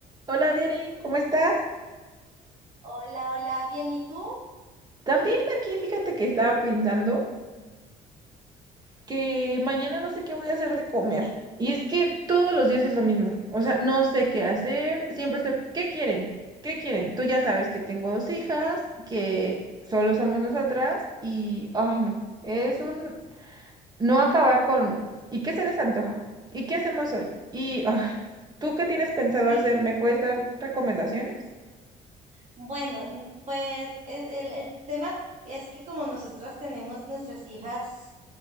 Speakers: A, on the right; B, on the right.
A: Hola Diary, ¿cómo estás?
B: Hola, hola, bien, ¿y tú?
A: También aquí fíjate que estaba pensando que mañana no sé qué voy a hacer de comer. Y es que todos los días es lo mismo. O sea, no sé qué hacer. Siempre estoy... ¿Qué quieren? ¿Qué quieren? Tú ya sabes que tengo dos hijas, que solo somos
B: Ah,
A: nosotras y... Ay, no. Es un... No acabar con... ¿Y qué se les antoja? ¿Y qué hacemos hoy? Y... ay, ¿tú qué tienes pensado
B: Y
A: hacer? ¿Me puedes dar recomendaciones?
B: bueno, n- pues es el- el tema es que como nosotras tenemos nuestras hijas